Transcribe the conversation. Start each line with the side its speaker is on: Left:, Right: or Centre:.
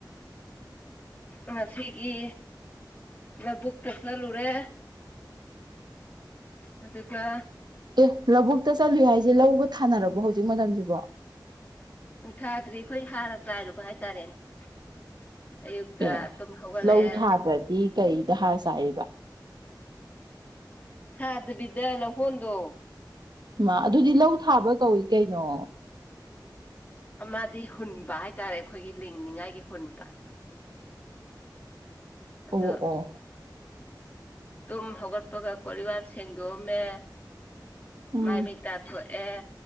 Left: ꯉꯁꯤꯒꯤ ꯂꯧꯕꯛꯇ ꯆꯠꯂꯨꯔꯦ ꯑꯗꯨꯗ
Right: ꯑꯦ ꯂꯧꯕꯨꯛꯇ ꯆꯠꯂꯤꯨ ꯍꯥꯏꯁꯦ ꯂꯧꯒ ꯊꯥꯅꯔꯕꯣ ꯍꯧꯖꯤꯛ ꯃꯇꯝꯁꯤꯕꯣ
Left: ꯎ ꯊꯥꯗ꯭ꯔꯤ ꯑꯩꯈꯣꯏ ꯍꯥꯔ ꯆꯥꯏꯔꯨꯕ ꯍꯥꯏꯇꯥꯔꯦꯅꯦ ꯑꯌꯨꯛꯇ
Right: ꯑꯦ
Left: ꯇꯨꯝ ꯍꯧꯒꯠꯂꯛꯑꯦ
Right: ꯂꯧ ꯊꯥꯗ꯭ꯔꯗꯤ ꯀꯩꯗ ꯍꯥꯔ ꯆꯥꯏꯕ
Left: ꯊꯥꯗꯕꯤꯗ ꯂ ꯍꯣꯟꯗꯣ
Right: ꯃꯥ ꯑꯗꯨꯗꯤ ꯂꯧ ꯊꯥꯕ ꯀꯧꯏ ꯀꯩꯅꯣ
Left: ꯃꯥꯗꯤ ꯍꯨꯟꯕ ꯍꯥꯏꯇꯥꯔꯦ ꯑꯩꯈꯣꯏꯒꯤ ꯂꯤꯡꯅꯤꯉꯥꯏꯒꯤ ꯍꯨꯟꯕ ꯑꯗꯣ
Right: ꯑꯣ ꯑꯣ
Left: ꯇꯨꯝ ꯍꯧꯒꯠꯄꯒ ꯀꯣꯂꯤꯋꯥꯢꯔꯝ ꯁꯦꯡꯗꯣꯛꯑꯝꯃꯦ
Right: ꯎꯝ
Left: ꯃꯥꯏ ꯃꯤꯠ ꯇꯥꯊꯣꯛꯑꯦ ꯑꯦ